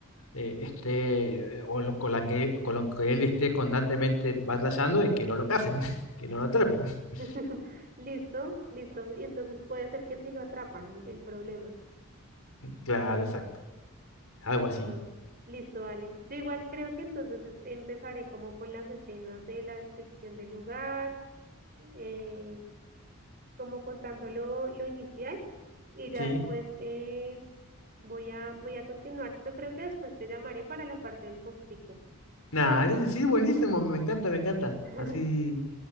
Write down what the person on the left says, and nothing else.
eh, esté, o lo- con la que, con lo que él esté constantemente batallando y que no lo casen, <laughs> que no lo atrapen. <laughs>
Claro, exacto. Algo
así.
Sí.
Nada, sí, buenísimo, me encanta, me encanta.
Así